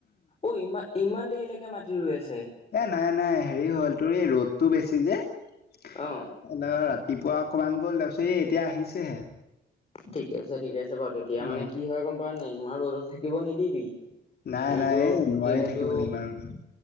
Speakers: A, on the left; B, on the left.
A: অ', ইমা ইমান দেৰিলেকে মাতি ৰুঁই আছে।
B: এ' নাই নাই হেৰি হ'ল তোৰ এই ৰ'দটো বেছি যে। <unintelligible>
A: অ।
B: ৰাতিপুৱা অকমান গ'ল তাৰপিছত এ' এতিয়া আহিছেহে।
A: ঠিকে আছে ঠিকে আছে বাৰু তেতিয়া
B: অ
A: মানে কি হয় গম পাৱ নে? ইমান ৰ'দত থাকিব নিদিবি।
B: নাই
A: মানেটো
B: নাই এই নোৱাৰি
A: যিহেতু
B: থাকিব লাগিব ইমান ৰ'দত